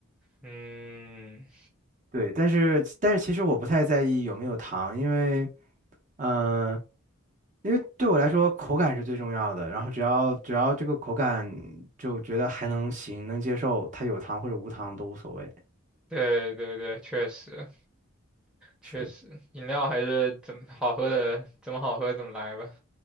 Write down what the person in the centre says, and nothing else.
嗯，
对对对，确实。确实，
饮料还是怎么好喝的，怎么好喝怎么来吧。